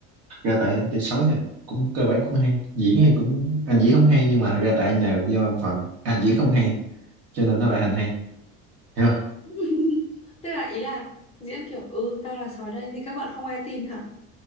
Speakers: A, on the right (about 50°); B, on the left (about 20°).
A: ra tại anh chơi sói thì cũng cơ bản cũng hay diễn thì cũng anh diễn không hay nhưng mà ra tại nhờ do một phần anh diễn không hay cho nên nó lại thành hay hiểu không
B: <laughs> tức là ý là diễn kiểu ừ tao là sói đây thì các bạn không ai tin hả